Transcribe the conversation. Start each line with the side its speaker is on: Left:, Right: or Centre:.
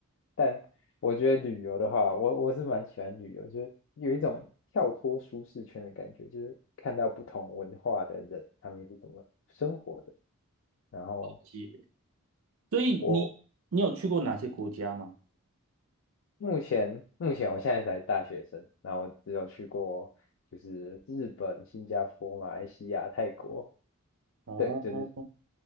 Left: 但我觉得旅游的话，我我是蛮喜欢旅游，就是有一种跳脱舒适圈的感觉，就是看到不同文化的人他们是怎么生活的，然后。
Right: 是所以你你有去过哪些国家吗？
Left: 我。目前目前我现在才大学生，那我只有去过就是日本、新加坡、马来西亚、泰国，
Right: 哦，
Left: 对，就是